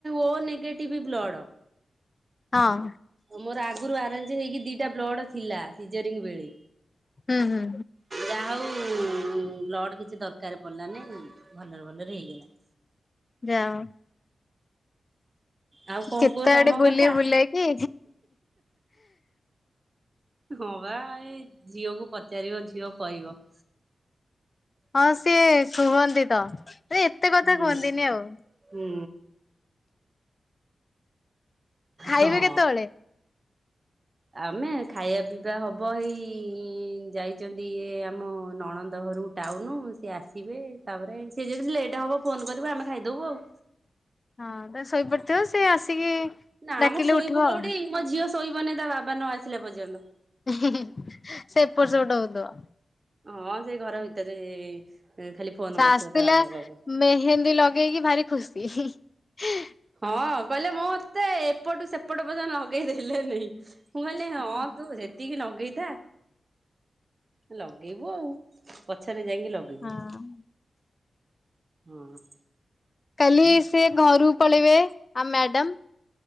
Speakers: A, on the right; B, on the left.
A: ଓ ନେଗେଟିଭ ବ୍ଲଡ
B: ହଁ।
A: ମୋର ଆଗରୁ ଆରେଞ୍ଜ ହେଇକି ଦିଟା ବ୍ଲଡ ଥିଲା ସିଜରି ବେଳେ
B: ହୁଁ ହୁଁ
A: ଯା ହଉ ବ୍ଲଡ କିଛି ଦରକାର ପଡିଲାନି ଭଲରେ ଭଲରେ ହେଇଗଲା।
B: ଯାଅ
A: ଆଉ କଣ
B: କେତେ
A: କୁହ ତମ
B: ଆଡେ ବୁଲି
A: କଥା?
B: ବୁଲାଇକି
A: ହଁ ବା ଏଇ ଝିଅକୁ ପଚାରିବ ଝିଅ କହିବ।
B: ହଁ ସିଏ କୁହନ୍ତି ତ ସେ ଏତେ କଥା
A: ହୁଁ
B: କୁହନ୍ତିନି ଆଉ।
A: ହୁଁ।
B: ଖାଇବେ
A: ହଁ।
B: କେତବେଳେ?
A: ଆମେ ଖାଇବା ପିଇବା ହବ ହେଇ ଯାଇଛନ୍ତି ଇଏ ଆମ ନଣନ୍ଦ ଘରକୁ ଟାଉନୁ ସିଏ ଆସିବେ ତାପରେ ସିଏ ଯଦି ଲେଟ୍ ହେବ ଫୋନ୍ କରିବ ଆମେ ଖାଇଦେବୁ ଆଉ।
B: ହଁ ତା ଶୋଇପଡିଥିବ ସେ ଆସିକି
A: ନା
B: ଡାକିଲେ
A: ମ ଶୋଇବୁ
B: ଉଠିବ
A: କୋଉଠି
B: ଆଉ
A: ମୋ ଝିଅ ଶୋଇବନି ତା ବାବା ନ ଆସିଲା ପର୍ଯ୍ୟନ୍ତ।
B: ସେ ଏପଟ ସେପଟ ହଉଥବ।
A: ହଁ ସେ ଘର ଭିତରେ ଖାଲି ଫୋନ
B: ସେ
A: କରୁଥିବ
B: ଆସିଥିଲା
A: ତା ବାବା ପାଖକୁ।
B: ମେହେନ୍ଦୀ ଲଗେଇକି ଭାରି ଖୁସି। ହି ହି
A: ହଁ କହିଲେ ମୋ ମତେ ଏପଟୁ ସେପଟ ପର୍ଯ୍ୟନ୍ତ ଲଗେଇ ଦେଲେ ନେଇ ମୁଁ କହିଲି ହଁ ତୁ ସେତିକି ଲଗେଇଥା, ଲଗେଇବୁ ଆଉ ପଛରେ ଯାଇକି ଲଗେଇ
B: ହଁ
A: ଇବୁ ହଁ
B: କାଲି ସେ ଘରୁ ପଳେଇବେ ଆ ମ୍ୟାଡାମ?